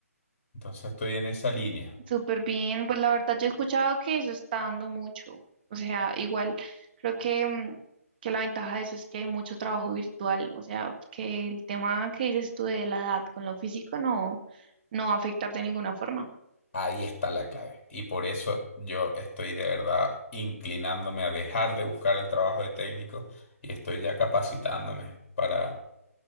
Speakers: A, on the left; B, on the right.
A: Entonces estoy en esa línea.
B: Súper bien, pues la verdad yo he escuchado que eso está dando mucho, o sea, igual creo que, mm, que la ventaja de eso es que hay mucho trabajo virtual, o sea, que el tema que dices tú de la edad con lo físico no, no va a afectar de ninguna forma.
A: Ahí está la clave. Y por eso yo estoy de verdad inclinándome a dejar de buscar el trabajo de técnico y estoy ya capacitándome para